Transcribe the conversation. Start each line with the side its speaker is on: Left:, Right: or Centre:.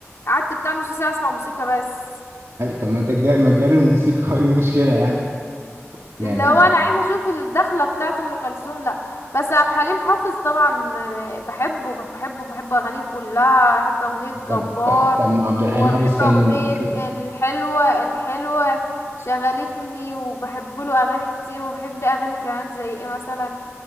Left: قعدت بتاع نص ساعة اسمع موسيقى بس
Right: طب ما انت تجا- ما تجاري الموسيقى <laughs> ايه المشكلة يعني يعني
Left: لو انا عايزه اشوف الدخله بتاعه ام كلثوم لا بس عبد الحليم حافظ طبعا آه، بحبه بحبه بحب اغانيه كلها احب اغنيه جبار
Right: طب طب طب ما عبد الحليم
Left: وبحب
Right: حافظ كان
Left: اغنيه
Right: كان-
Left: الحلوه الحلوه شغلتني وبحب له اغاني كتير وبحب له اغاني كمان زي ايه مثلا